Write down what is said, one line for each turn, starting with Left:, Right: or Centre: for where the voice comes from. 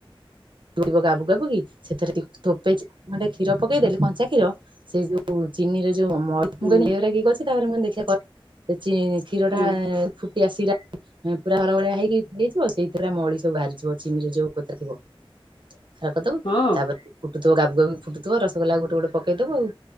Right: ଫୁଟିବ ଗାବୁ ଗାବୁ କି ସେଥିରେ ଥୋପେ ଖଣ୍ଡେ କ୍ଷୀର ପକେଇଦେଲୁ କଞ୍ଚା କ୍ଷୀର ସେ ଯୋଉ ଚିନି ର ଯୋଉ ମ ମୁଁ
Left: ହୁଁ
Right: କହିଲି ଏଗୁରା କିଏ କରିଛି ତାପରେ ମୁଁ ଦେଖିବା କରିବି କ୍ଷୀର
Left: ହୁଁ
Right: ଟା ଆ ଶିରା ପୁରା ହର ଭଳିଆ ହେଇଯିବ ସେଇଥିରେ ମଳି ସବୁ ବାହାରିଯିବ ଚିନିରେ ଯୋଉ କରିଦବ
Left: ହଁ ହଁ।
Right: ତାପରେ ଫୁଟୁଥିବ ଗାବୁ ଗାବୁ କି ଫୁଟୁଥିବ ରସଗୋଲା ଗୋଟେ ଗୋଟ ପକେଇଦବୁ ଆଉ